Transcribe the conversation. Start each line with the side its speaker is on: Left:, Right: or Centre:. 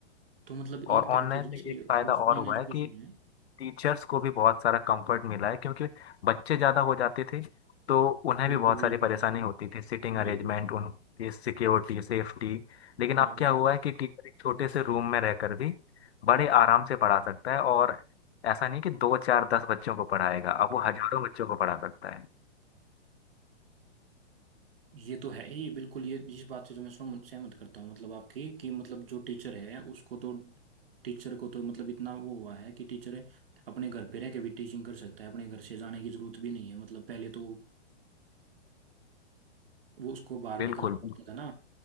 Right: तो मतलब
Left: और
Right: एक तरह
Left: ऑनलाइन
Right: से जैसे
Left: में एक फायदा
Right: ऑफलाइन
Left: और हुआ
Right: एजुकेशन
Left: है कि
Right: है
Left: टीचर्स को भी बहुत सारा कंफर्ट मिला है क्योंकि बच्चे ज्यादा हो जाते थे तो उन्हें
Right: बिल्कुल
Left: भी बहुत
Right: बिल्कुल
Left: सारी परेशानी होती थी सिटिंग
Right: बिल्कुल
Left: अरेंजमेंट उनकी सिक्योरिटी सेफ्टी लेकिन
Right: हाँ
Left: अब क्या हुआ है कि टीचर एक छोटे से रूम में रहकर भी बड़े आराम से पढ़ा सकता है और ऐसा नहीं कि दो चार दस बच्चों को पढ़ाएगा अब वो हजारों बच्चों को पढ़ा सकता है
Right: ये तो है ही बिल्कुल ये इस बात से तो मैं सहमत सहमत करता हूँ मतलब आपकी कि मतलब जो टीचर है उसको तो टीचर को तो मतलब इतना वो हुआ है कि टीचर अपने घर पे रह के भी टीचिंग कर सकता है अपने घर से जाने की जरूरत भी नहीं है मतलब पहले तो वो उसको बाहर
Left: बिल्कुल
Right: निकलना पड़ता था ना